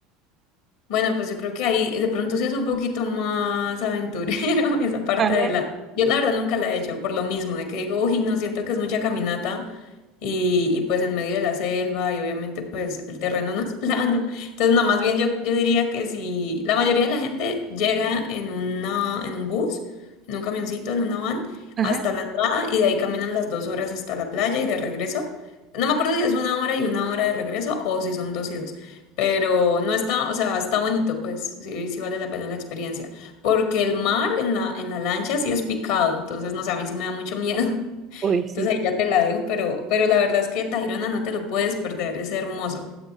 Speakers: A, on the left; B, on the right.
A: Bueno, pues yo creo que ahí eh, de pronto sí es un poquito más aventurero <laughs> esa parte
B: Ajá,
A: de la... Yo la verdad nunca la he hecho, por lo mismo, de que digo, uy, no siento que es mucha caminata y, y pues en medio de la selva y obviamente pues el terreno no es <laughs> plano. Entonces, no, más bien yo, yo diría que si la mayoría de la gente llega en una, en un bus, en un camioncito, en una van,
B: ajá.
A: hasta la entrada y de ahí caminan las dos horas hasta la playa y de regreso. No me acuerdo si es una hora y una hora de regreso o si son dos y dos. Pero no está, o sea, está bonito, pues, sí, sí vale la pena la experiencia. Porque el mar en la, en la lancha sí es picado, entonces, no sé, a mí sí me da mucho miedo. <laughs>
B: uy sí.
A: Entonces ahí ya te la dejo, pero, pero la verdad es que Tayrona no te lo puedes perder, es hermoso.